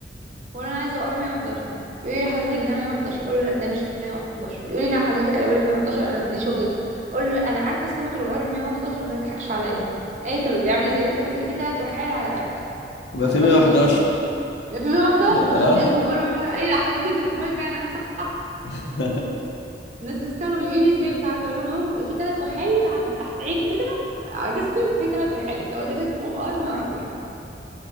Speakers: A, on the right (about 40°); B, on the left (about 75°).
A: وانا انا عايزه وقار 111 يقول لي حضرتك ده 111 اقول له لا ده مش 111 يقول لي لا حضرتك انا بقول لك 111 انا دي شغلتي اقول له لا انا عارفه السمك الوقار ال 111 وما تضحكش عليا اي طب بيعمل ازاي قلت له بيبقى فيه ثلاث وحايد على رقبته
B: يبقى
A: على
B: في
A: راسه
B: 111
A: كده بيبقى في 111 عشان
B: اه
A: كده اسمه وقار 111 اي لا حضرتك بتفهمي فعلا صح
B: <laughs>
A: الناس بتستغرب يقول لي ازاي بتعرفي اقول لهم هو بيبقى فيه ثلاث وحايد على- تحت عينه كده على جسمه كده في ثلاث وحايد هو ده جسمه ار 111